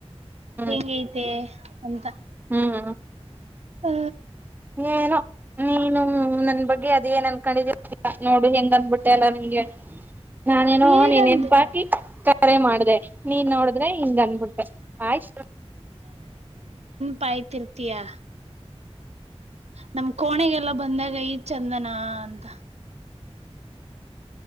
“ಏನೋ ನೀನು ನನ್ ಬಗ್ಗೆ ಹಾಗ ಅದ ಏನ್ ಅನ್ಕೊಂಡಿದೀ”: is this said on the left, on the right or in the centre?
Right